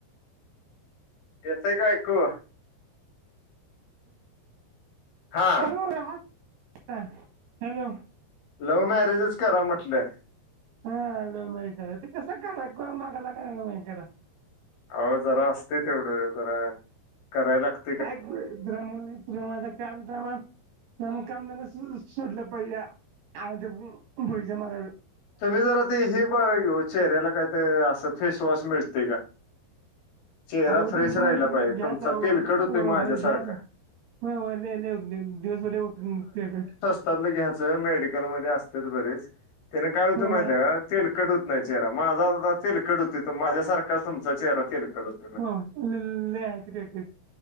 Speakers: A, on the left; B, on the right.
A: येतं काय ऐकू? हा
B: <unintelligible> हा हॅलो
A: लव्ह मॅरेजच करा म्हटलं.
B: हा लव मॅरेज करा ते कस? कराय कोण माग लागाय व्हय खर
A: आओ जरा असतय, तेवढं जरा कराय लागत.
B: काय करू मित्रा म्हणून तुला माझा <unintelligible> नमकंद सुडलं पय आपयज मग <unintelligible>
A: तुम्ही जरा ते हे बघा चेहऱ्याला काहीतर असं, फेसवॉश मिळतय का? चेहरा
B: आव
A: फ्रेश
B: ते पण
A: राहिला पाहिजे
B: घ्यायचय
A: तुमचा
B: ओ
A: तेलकट होतोय माझ्यासारखा
B: घ्यायचय. व्हय व्हय लइ हो दिवसभर लई होतय तेलकट
A: स्वस्तातल घ्यायचं, मेडिकलमध्ये असत्यात बरेच त्याने काय होतंय
B: हो
A: माहित आहे का? तेलकट होत नाही चेहरा मझ तेल कडूत येतो माझ्यासारखा तुमचा चेहरा तेल कढत
B: होय लई हलके देत्यात.